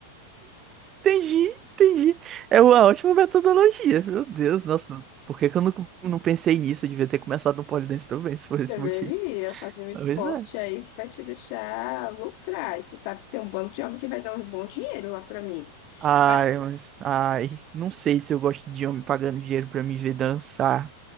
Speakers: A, on the right (about 30°); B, on the left (about 45°).
A: Entendi, entendi. É uma ótima metodologia. Meu Deus, nossa. Por que que eu não, não pensei nisso? Eu devia ter começado no pole dance também, se for esse
B: Deveria
A: motivo.
B: fazer um esporte
A: Talvez é.
B: aí que vai te deixar lucrar. E você sabe que tem um bando de homem que vai dar um bom dinheiro lá para mim.
A: Ai,
B: Mas
A: mas. Ai, não sei se eu gosto de homem pagando dinheiro pra me ver dançar.